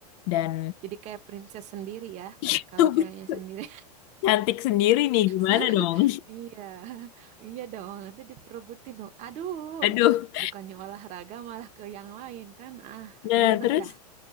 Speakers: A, on the left; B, on the right.
A: dan
B: Jadi kayak princess sendiri ya.
A: <laughs>
B: Kalau ceweknya sendiri.
A: cantik sendiri nih gimana
B: <laughs>
A: dong?
B: Iya, iya dong. Nanti diperebutin dong. Aduh,
A: <laughs> Aduh.
B: bukannya olahraga malah ke yang lain kan? Ah,
A: Nah,
B: ribet
A: terus
B: dah.